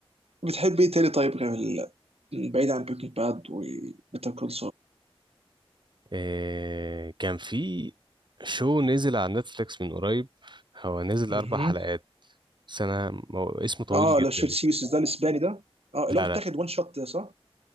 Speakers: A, on the right; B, on the right.
A: بتحب ايه تاني طيب غير ال- بعيد عن بريكنج باد وبيتر كول
B: إيه كان في شو نزل على نتفليكس من قريب هو نزل
A: سول
B: اربع حلقات بس انا مو- اسمه طويل
A: اه
B: جدا
A: لا شوت سيريس ده الاسباني ده اه اللي
B: لا
A: هو متاخد
B: لا
A: وان شوت ده صح؟